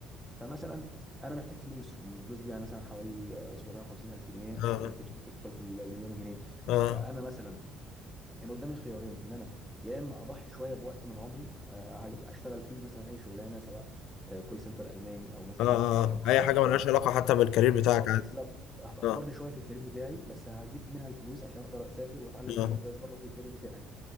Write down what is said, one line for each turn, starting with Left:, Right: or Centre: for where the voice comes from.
Centre: فمثلا انا محتاج فلوس والفلوس دي يعني مثلا حوالي آه، 750 الف جنيه
Left: آه.
Centre: او تدخل- ممكن تدخل في المليون جنيه
Left: آه.
Centre: فانا مثلا كان قدامي خيارين ان انا يا اما اضحي شويه بوقت من عمري آه، اشتغل فيه مثلا اي شغلانه سواء آه، كول سنتر الماني او مثلا
Left: آه.
Centre: برمجه
Left: أي حاجة
Centre: او
Left: ملهاش علاقة حتى بالكارير بتاعك
Centre: اه
Left: عادي
Centre: بالظبط هتاخرني
Left: آه.
Centre: شويه في الكارير بتاعي بس هجيب منها الفلوس عشان اقدر اسافر واتعلم تعليم
Left: آه.
Centre: كويس بره في الكارير بتاعي